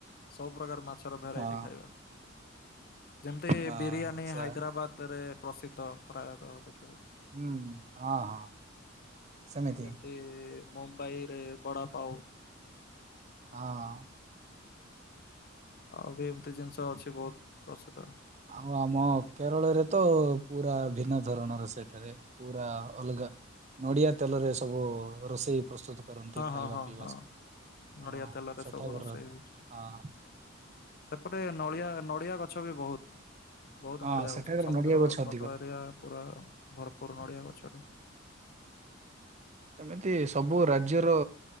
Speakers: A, on the left; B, on the right.
A: ସବୁ ପ୍ରକାର ମାଛ ର ଭେରାଇଟି
B: ହଁ
A: ଖାଇବା। ଯେମିତି
B: ହଁ
A: ବିରିୟାନୀ
B: ସେ
A: ହାଇଦ୍ରାବାଦ ରେ ପ୍ରସିଦ୍ଧ। ପ୍ରାୟତଃ ଦେଖିବାକୁ।
B: ହୁଁ -ହୁଁ, ହଁ -ହଁ। ସେମିତି
A: ଯେମିତି ମୁମ୍ବାଇରେ ବଡାପାଉ।
B: ହଁ।
A: ଆଉ ବି ଏମତି ଜିନିଷ ଅଛି ବହୁତ ପ୍ରସିଦ୍ଧ।
B: ଆଉ ଆମ କେରଳରେ ତ ପୁରା ଭିନ୍ନ ଧରଣର ସେଠାରେ। ପୁରା ଅଲଗା। ନଡିଆ ତେଲରେ ସବୁ ରୋଷେଇ ପ୍ରସ୍ତୁତ। କରନ୍ତି
A: ହଁ
B: ଖାଇବା,
A: ହଁ ହଁ
B: ପିଇବା
A: ହଁ।
B: ସ। ହଁ
A: ନଡିଆ ତେଲରେ
B: ସେଠାକାର
A: ସବୁ ରୋଷେଇ
B: ହଁ
A: ହଉଛି ସେପଟେ ନଳିଆ, ନଡ଼ିଆ ଗଛ ବି ବହୁତ। ବହୁତ
B: ହଁ
A: ନଡିଆ
B: ସେଠାକାର
A: ଗଛ। ସମୁଦ୍ର
B: ନଡିଆ ଗଛ ଅଧିକ
A: ତଟ ଏରିଆ ପୁରା ଭରପୁର ନଡିଆ ଗଛରେ
B: ସେମିତି ସବୁ ରାଜ୍ୟର